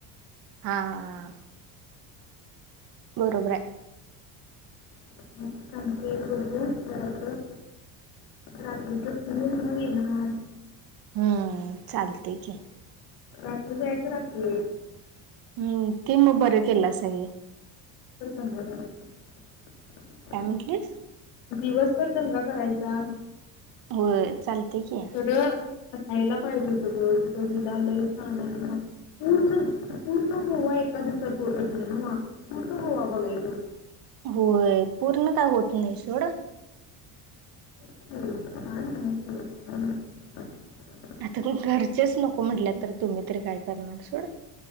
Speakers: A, on the right (about 60°); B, on the left (about 85°).
A: हा हा, बरोबर आहे.
B: <unintelligible> बघू जरासं. रात्रीच फिरून मग येणार
A: हम्म चालतेय. की
B: रात्री जायचं, रात्री या
A: हम्म ते मग बर केलासा हे
B: <unintelligible>
A: काय मटलीस?
B: दिवसभर दंगा करायचा.
A: होय चालतेय. की
B: खरं रायला पाहिजे होत ग, तिथ विला लई छान म पूर्ण पूर्ण गोवा एका दिवसात होतच नाही. पूर्ण गोवा बघाय तो
A: होय पूर्ण काय होत नाही. सोड
B: तेच की काय झालं. <unintelligible>
A: आता घरचेच नको म्हटल्यात तर तुम्ही तरी काय करणार सोड